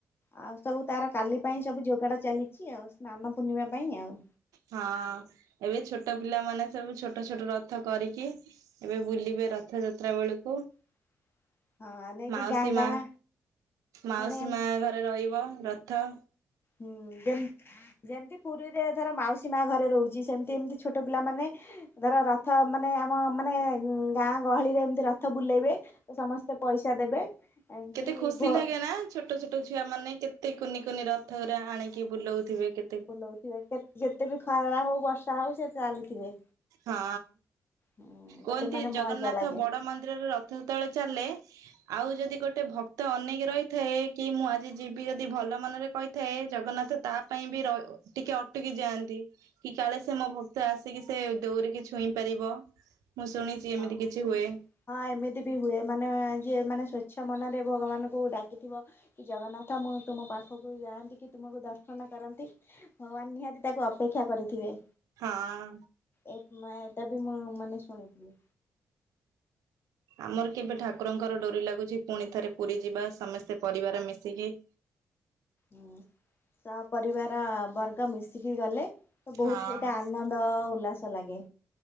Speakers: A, on the left (about 40°); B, on the right (about 80°).
A: ଆଉ ସବୁ ତାର କାଲି ପାଇଁ ସବୁ ଯୋଗାଡ଼ ଚାଲିଛି ଆଉ, ସ୍ନାନ ପୂର୍ଣ୍ଣିମା ପାଇଁ ଆଉ।
B: ହଁ ଏବେ ଛୋଟ ପିଲାମାନେ ସବୁ ଛୋଟ ଛୋଟ ରଥ କରିକି ଏବେ ବୁଲିବେ ରଥଯାତ୍ରା ବେଳୁକୁ।
A: <inaudible> ନେଇକି
B: ମାଉସୀ
A: ଗାଁ ଗାଁ
B: ମା, ମାଉସୀ
A: ମାନେ
B: ମା ଘରେ ରଇବ ରଥ।
A: ହୁଁ, ଦେନ୍ ଯେମତି ପୁରୀରେ ଧର ମାଉସୀ ମା ଘରେ ରହୁଛି ସେମ୍ ତି ଏମତିି ଛୋଟ ପିଲା ମାନେ ଧର ରଥ ମାନେ ଆମ ମାନେ ଗାଁ ଗହଳିରେ ଏମତି ରଥ ବୁଲେଇବେ ତ ସମସ୍ତେ ପଇସା ଦେବେ, ଏମ୍
B: କେତେ
A: ତି
B: ଖୁସି
A: ଭୋ
B: ଲାଗେ ନା ଛୋଟ ଛୋଟ ଛୁଆ ମାନେ କେତେ କୁନି କୁନି ରଥଗୁରା ଆଣିକି ବୁଲଉଥିବେ କେ
A: ବୁଲଉଥିବେ କେ ଯେତେ ବି ଖରା ହଉ ବର୍ଷା ହଉ ସେ ଚାଲିଥିବେ।
B: ହଁ,
A: ହୁଁ ଗୋଟେ
B: କୁହନ୍ତି
A: ମାନେ ମଜା
B: ଜଗନ୍ନାଥ
A: ଲାଗେ
B: ବଡ ମନ୍ଦିରରେ ରଥ ଯେତେବେଳେ ଚାଲେ ଆଉ ଯଦି ଗୋଟେ ଭକ୍ତ ଅନେକ ରହିଥିବେ କି ମୁଁ ଆଜି ଯିବି ଯଦି ଭଲ ମନରେ କହି ଥାଏ ଜଗନ୍ନାଥ ତା ପାଇଁ ବି ର ଟିକେ ଅଟକି ଯାଆନ୍ତି କି କାଳେ ସେ ମୋ ଭକ୍ତ ଆସିକି ସେ ଦୌରିକି ଛୁଇଁ ପାରିବ ମୁଁ ଶୁଣିଛି
A: ହଁ।
B: ଏମିତି କିଛି ହୁଏ।
A: ହଁ, ଏମିତି ବି ହୁଏ ମାନେ ଯିଏ ମାନେ ସ୍ଵଚ୍ଛ ମନରେ ଭଗବାନଙ୍କୁ ଡାକିଥିବ କି ଜଗନ୍ନାଥ ମୁଁ ତୁମ ପାଖକୁ ଯାଆନ୍ତି କି ତୁମକୁ ଦର୍ଶନ କରନ୍ତି ଭଗବାନ ନିହାତି ତାକୁ ଅପେକ୍ଷା କରିଥିବେ।
B: ହଁ।
A: ଏ ମାୟା ଟା ବି ମୁଁ ମାନେ ଶୁଣିଥିଲି।
B: ଆମର କେବେ ଠାକୁରଙ୍କର ଡୋରି ଲାଗୁଛି ପୁଣି ଥରେ ପୁରୀ ଯିବା ସମସ୍ତେ ପରିବାର ମିଶିକି।
A: ହୁଁ, ସ ପରରିବାର ବର୍ଗ ମିଶିକି ଗଲେ ତ ବହୁତ
B: ହଁ।
A: ସେଇଟା ଆନନ୍ଦ, ଉଲ୍ଲାସ ଲାଗେ।